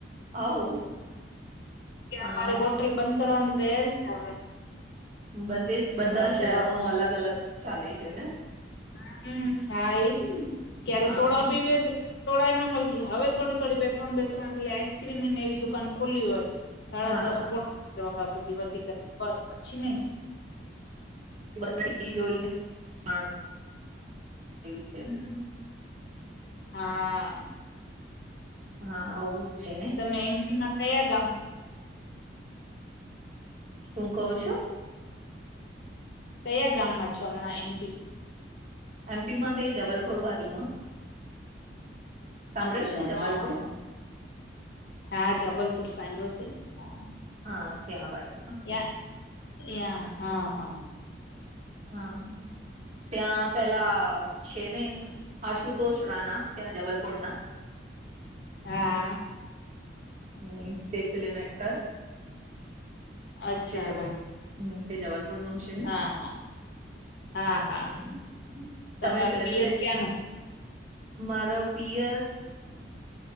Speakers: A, on the right; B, on the left.
A: આવું
B: ક્યા
A: હા
B: હમારે હો ત્રે બંધ કરવાની તૈયારી છે હવે.
A: બધે જ બધા
B: બાપરે
A: શહેરો
B: બાપ
A: નો અલગ અલગ ચાલે છે ને?
B: હા હમ હા એ જ ને ક્યારેય
A: હા
B: સોડાઓ પીવે તો સોડાય ન મલતી હવે થોડી થોડી બે ત્રણ બે ત્રણ પેલી આઈસક્રીમની ને એવી દુકાન ખુલ્લી હોય સાડા
A: હા
B: દસ પોણા વાગ્યા સુધી વધી ઘ બસ પછી નઈ.
A: <unintelligible> થઈ ગયું. છે
B: <unintelligible> હા.
A: હા આવું જ છે નહી.
B: તમે એમપીના કયા ગામ
A: શું કહો છો?
B: કયા ગામમાં છો હમણાં એમપી.
A: એમપી માં તે જબલપુર બાજુમાં. સાંભળ્યો
B: અચ્છા
A: છે જબલપુર
B: હા હા જબલપુર સાંભળો છેન હા.
A: હા ત્યા આ બાજુ માં.
B: યા યા હા હા.
A: હા ત્યાં પેલા શેને અહીંયા આશુતોષ રાના ત્યાં જબલપુરના.
B: હા.
A: હમ તે ફિલમ એકટર.
B: અચ્છા
A: તે જબલપુર
B: હા
A: હમ તે જબલપુર નું છે ને.
B: હા હા હા હા
A: હમ
B: તમાર
A: તમે ફિલમ
B: પિયર
A: સેટ
B: ક્યાંનું
A: મારો પિયર